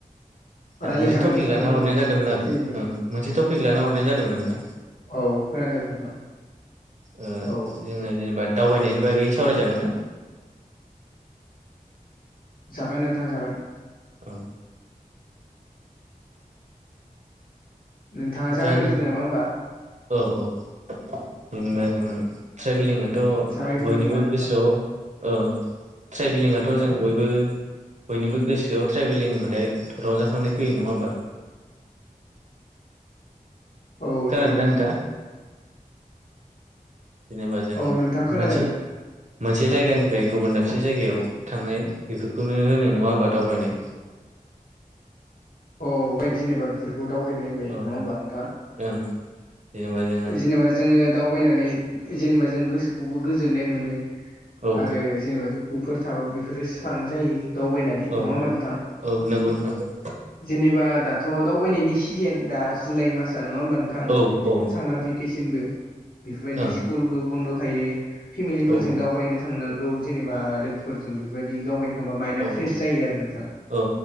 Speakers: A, on the right; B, on the left.
A: आं
B: रायलाय
A: मोनसे
B: जागोन
A: टपिक
B: नोंथां
A: लाना
B: रायलाय
A: हरनाय
B: जागोन
A: जादोंमोन आरो
B: फ्रियैनो दों
A: उम मोनसे टपिक लाना हरनाय जादोंमोन नोंथां
B: औ खोनादों नोंथां
A: उम
B: औ
A: जोङो जेनेबा दावबायनायनि बागै सावरायजागोन ना?
B: जागोन नोंथां जागोन।
A: औ
B: नोंथांआ जागाइग्रोदो
A: दा नों
B: नामा होनबा।
A: औ औ जेनेबा
B: औ
A: जों ट्रेभेलिंआथ'
B: जागायग्रोदो
A: बयनिबो
B: होमबा नोंथां
A: गोसोआव औ ट्रेभेलिंआथ' जों बयबो। बयनिबो गोसोआव ट्रेभेलिं होनबथाय रंजाखांनाय फैयो नङा होमबा?
B: औ
A: खोनादोंना
B: नोंगौ नोंथां।
A: नोंथाङा जेनेबा जों
B: औ
A: मोनसे
B: नोंथां खोनादों
A: मोनसे जायगानिफ्राय गुबुन दाबसे जायगायाव थांनाय बेफोरखौनो होनो नङा होमबा दावबायनाय।
B: औ बेनो जेनेबा बेफोरखौ दावबायनाय।
A: औ
B: नङा होनबा नों थां।
A: ओं जेनेबा जोङो
B: जेनेबा जोङो दावबायनानै जेनेबा जों गोसोखौबो गोजोननाय मोनो
A: औ
B: आरो जेनेबा दुखु फोर थाबाबो बेफोरो स्रां जायो दावबायनानै
A: औ
B: नङा होनबा नोंथां?
A: औ नंगौ‌ नोंथां।
B: जेनेबा दाथ' दावबायनायनि सिजेन दा जुलाइ मासआ नङा होमबा नोंथां?
A: औ औ
B: सामार फे भेकेसनबो बेफोरबायदि
A: ओं
B: स्कुलबो बन्द' थायो। फेमिलिफोरजों
A: औ
B: दावबायनो थांनांगौ जेनेबा लोगोफोरजों बेफोरबायदि दावबायनो थांबा माइन्दडआ
A: औ
B: फ्रेसो जायो आरो नोंथां
A: औ